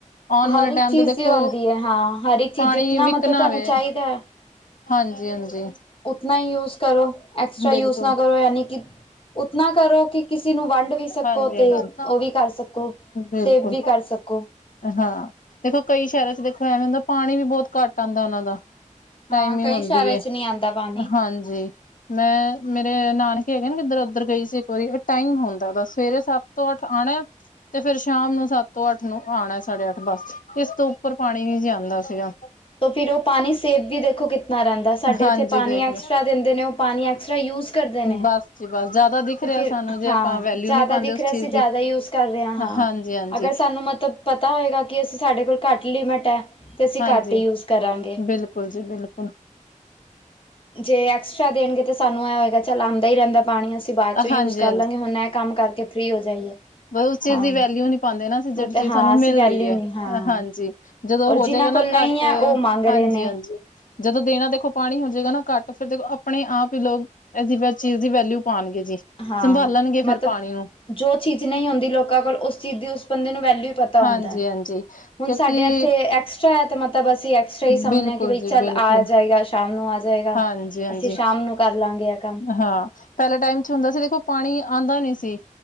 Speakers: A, on the left; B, on the left.
A: ਆਣ ਵਾਲੇ
B: ਹਰ
A: ਟੈਮ
B: ਇੱਕ ਚੀਜ਼
A: ਤੇ ਦੇਖੋ
B: ਦੀ ਹੁੰਦੀ ਹੈ ਹਾਂ ਹਰ ਇੱਕ ਚੀਜ਼
A: ਪਾਣੀ
B: ਜਿਤਨਾ
A: ਵਿਕਨਾ
B: ਮਤਲਬ ਤੁਹਾਨੂੰ
A: ਵੇ।
B: ਚਾਹੀਦਾ
A: ਹਾਂਜੀ ਹਾਂਜੀ।
B: ਉਤਨਾ ਈ ਯੂਜ ਕਰੋ, ਐਕਸਟਰਾ
A: ਬਿਲਕੁਲ,
B: ਯੂਜ ਨਾ ਕਰੋ। ਯਾਨੀ ਕੀ- ਉਤਨਾ ਕਰੋ ਕੀ ਕਿਸੇ ਨੂੰ ਵੰਡ- ਵੀ ਸਕੋ
A: ਹਾਂਜੀ-ਹਾਂਜੀ,
B: ਤੇ ਓ ਵੀ ਕਰ ਸਕੋ,
A: ਬਿਲਕੁਲ,
B: ਸੇਵ ਵੀ ਕਰ ਸਕੋ।
A: ਹਾਂ ਦੇਖੋ ਕਈ ਸੈ਼ਰਾਂ 'ਚ ਦੇਖੋ ਐਵੇਂ ਹੁੰਦਾ ਪਾਣੀ ਵੀ ਬੋਤ ਘੱਟ ਆਂਦਾ ਓਨਾਂ ਦਾ। ਟਾਈਮਿੰਗ
B: ਹਾਂ ਕਈ
A: ਹੁੰਦੀ
B: ਸ਼ਹਿਰਾਂ
A: ਏ,
B: ਚ ਨਹੀਂ ਆਉਂਦਾ ਪਾਣੀ
A: ਹਾਂਜੀ। ਮੈਂ ਮੇਰੇ ਨਾਨਕੇ ਹੈਗੇ ਕਿੱਧਰ ਓਧਰ ਗਈ ਸੀ ਇੱਕ ਵਾਰੀ। ਏ ਟਾਈਮ ਹੁੰਦ- ਦਾ ਦਾ। ਸਵੇਰੇ ਸੱਤ ਤੋਂ ਅੱਠ ਆਣਾ, ਤੇ ਫੇਰ ਸ਼ਾਮ ਨੂੰ ਸੱਤ ਤੋਂ ਅੱਠ ਨੂੰ ਆਣਾ ਸਾਢੇ ਅੱਠ ਬੱਸ। ਇਸ ਤੋਂ ਉੱਪਰ ਪਾਣੀ ਨੀ ਜੇ ਆਦਾ ਸੀਗਾ।
B: ਤੇ ਫਿਰ ਓ ਪਾਣੀ ਸੇਵ ਵੀ ਦੇਖੋ ਕਿਤਨਾ ਰੈਂਦਾ। ਸਾਡੇ
A: ਹਾਂਜੀ
B: ਐਥੇ ਪਾਣੀ
A: ਦੇਖ
B: ਐਕਸਟਰਾ
A: ਲੋ
B: ਦਿੰਦੇ ਨੇ, ਓ ਪਾਣੀ ਐਕਸਟਰਾ ਯੂਜ਼- ਕਰਦੇ ਨੇ,
A: ਬਸ ਜੀ ਬਸ ਜ਼ਿਆਦਾ ਦਿਖ
B: ਤੇ
A: ਰਿਹਾ
B: ਫਿਰ
A: ਸਾਨੂੰ ਜੇ
B: ਹਾਂ
A: ਆਪਾਂ ਵੈਲਿਊ
B: ਜਾਦਾ
A: ਨਹੀਂ ਪਾਉਂਦੇ
B: ਦਿਖ
A: ਉਸ
B: ਰਿਆ
A: ਚੀਜ਼
B: ਸੀ
A: ਦੀ
B: ਜਾਦਾ ਯੂਸ- ਕਰ ਰਿਹਾ ਹਾਂ।
A: ਹਾਂਜੀ ਹਾਂਜੀ।
B: ਅਗਰ ਸਾਨੂੰ ਮਤਬ ਪਤਾ ਹੋਏਗਾ ਕਿ ਅਸੀਂ ਸਾਡੇ ਕੋਲ ਘੱਟ ਲਿਮਿਟ ਐ, ਤੇ ਅਸੀਂ
A: ਹਾਂਜੀ
B: ਘੱਟ- ਘੱਟ ਯੂਜ ਕਰਾਂਗੇ।
A: ਬਿਲਕੁਲ ਜੀ ਬਿਲਕੁਲ
B: ਜੇ ਐਕਸਟਰਾ ਦੇਣਗੇ ਤਾਂ ਸਾਨੂੰ ਐ ਹੋਏਗਾ ਚੱਲ ਆਂਦਾ ਈ ਰੈਂਦਾ ਪਾਣੀ। ਅਸੀਂ- ਅਸੀਂ ਬਾਦ ਚੋਂ ਯੂਜ
A: ਹਾਂਜੀ
B: ਕਰ ਲਾਂਗੇ, ਹੁਣ ਐ ਕੰਮ ਕਰਕੇ ਫ੍ਰੀ ਹੋ ਜਾਈਏ।
A: ਬ ਉਸ ਚੀਜ਼
B: ਹਾਂ
A: ਦੀ ਵੈਲਿਊ ਨੀ ਪਾਂਦੇ ਨਾ, ਜੇੜੀ
B: ਮਤਲਬ
A: ਚੀਜ਼
B: ਹਾਂ
A: ਸਾਨੂੰ
B: ਅਸੀਂ
A: ਮਿਲ
B: ਵੈਲਿਊ
A: ਰ‌ਈ ਐ।
B: ਨਹੀਂ ਹਾਂ
A: ਹਾਂਜੀ ਜਦੋਂ
B: ਔਰ
A: ਹੋ
B: ਜਿਨਾਂ
A: ਜੇਗਾ
B: ਕੋਲ
A: ਨਾ-
B: ਨਹੀਂ
A: ਘੱਟ,
B: ਹੈ ਉਹ ਮੰਗ ਰਹੇ
A: ਹਾਂਜੀ
B: ਨੇ
A: ਹਾਂਜੀ। ਜਦੋਂ ਦੇਣਾ ਦੇਖੋ ਪਾਣੀ ਹੋ ਜੇਗਾ ਨਾ ਘੱਟ, ਫੇਰ ਦੇਖੋ ਆਪਣੇ ਆਪ ਈ ਲੋਕ ਐਸ ਦੀ ਚੀਜ਼ ਦੀ ਵੈਲਿਊ- ਪਾਣਗੇ ਜੀ।
B: ਹਾਂ
A: ਸੰਭਾਲਣਗੇ ਫੇਰ
B: ਮਤਲਬ
A: ਪਾਣੀ ਨੂੰ‌
B: ਜੋ ਚੀਜ਼ ਨ‌ਈ ਹੁੰਦੀ ਲੋਕਾਂ ਕੋਲ, ਉਸ ਚੀਜ਼ ਦੀ ਉਸ ਬੰਦੇ ਨੂੰ ਵੈਲਿਊ ਪਤਾ- ਪਤਾ
A: ਹਾਂਜੀ
B: ਹੁੰਦਾ।
A: ਹਾਂਜੀ
B: ਹੁਣ
A: ਕਿਉਂਕਿ
B: ਸਾਡੇ ਐਥੇ ਐਕਸਟਰਾ ਐ ਤੇ ਮਤਬ ਅਸੀਂ ਐਕਸ- ਐਕਸਟਰਾ ਈ ਸਮਣੇ
A: ਬਿਲਕੁਲ
B: ਕੀ ਬਈ
A: ਜੀ
B: ਚੱਲ
A: ਬਿਲਕੁਲ
B: ਆ ਜਾਏਗਾ, ਸ਼ਾਮ ਨੂੰ ਆ ਜਾਏਗਾ।
A: ਹਾਂਜੀ ਹਾਂਜੀ
B: ਅਸੀਂ ਸ਼ਾਮ ਨੂੰ ਕਰ ਲਾਂਗੇ ਐ।
A: ਹਾਂ ਪਹਿਲੇ ਟਾਈਮ 'ਚ ਹੁੰਦਾ ਸੀ ਦੇਖੋ ਪਾਣੀ ਆਂਦਾ ਨੀ ਸੀ।